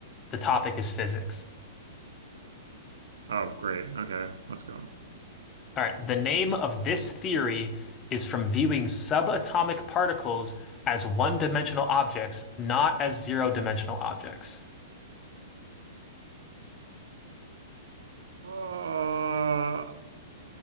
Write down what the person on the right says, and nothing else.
Oh, great. Okay, let's go.
Uh,